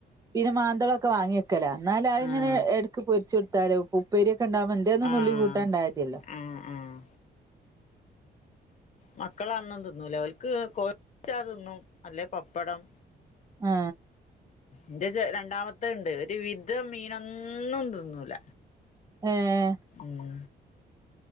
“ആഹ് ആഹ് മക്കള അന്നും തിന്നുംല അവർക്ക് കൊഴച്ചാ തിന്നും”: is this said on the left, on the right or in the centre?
Left